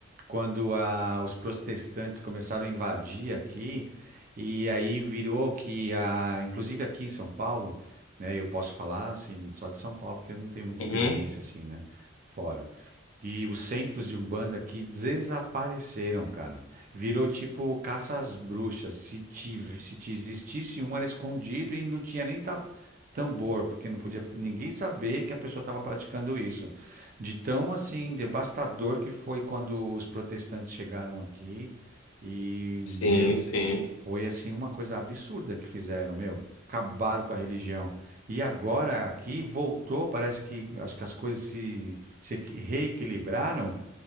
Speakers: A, on the right (about 40°); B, on the left (about 85°).
A: quando a- os protestantes começaram a invadir aqui, e aí virou que a, inclusive aqui em São Paulo, né, eu posso falar assim, só de São Paulo, porque eu não tenho muita
B: Uhum.
A: experiência assim, né, fora. E os centros de Umbanda que desapareceram, cara. Virou tipo caça às bruxas. Se, tive, se te existisse um, era escondido e não tinha nem ta- tambor, porque não podia f- ninguém saber que a pessoa estava praticando isso. De tão assim devastador que foi quando os protestantes chegaram aqui e,
B: Sim,
A: meu,
B: sim.
A: foi assim uma coisa absurda que fizeram, meu. Acabaram com a religião. E agora aqui voltou, parece que acho que as coisas se, se equi- reequilibraram.